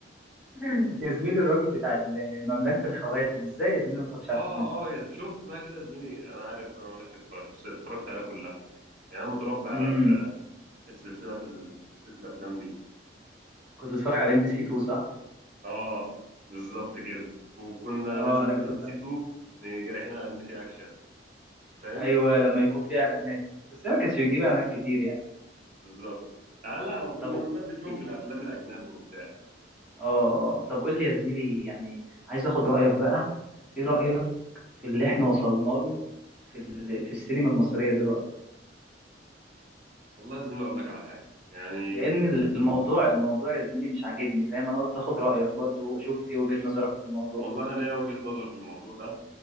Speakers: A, in the centre; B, on the right.
A: <laughs> يا زميلي الراجل بتاع ال- مملكة الخواتم ازاي يا زميلي ما اتفرجش على
B: اه
A: الفيلم ده
B: اه يا زميلي شفت بقى كده يا زميلي انا عارف بقى مملكة الخواتم بس اتفرجت عليها كلها يعني انا متربي على
A: امم
B: ال- السلسلة بال- سلسلة الافلام دي
A: كنت بتفرج على ام بي سي 2 صح
B: اه بالظبط كده وكنا
A: اه
B: نزهق
A: انا
B: من
A: كنت
B: ام
A: بتفرج.
B: بي سي 2 نيجي رايحين على ام بي سي اكشن انت فاهم
A: ايوه لما يكون في اعلانات بس هي ما كانتش بتجيب اعلانات كتير يعني
B: بالظبط اه لا وكنا
A: طب قول
B: بنبدل فيهم
A: لي-
B: في الافلام الاجنبي وبتاع
A: اه آه، طب قول لي يا زميلي يعني عايز اخد رأيك بقى ايه رأيك في اللي احنا وصلنا له في ال... في السينما المصرية دلوقتي
B: والله يا زميلي اقول لك على حاجه يعني
A: لان الموضوع الموضوع يا زميلي مش عاجبني فاهم انا قلت اخد رأيك برضو واشوف ايه وجهة نظرك في الموضوع
B: والله انا ليا وجهه نظر في الموضوع ده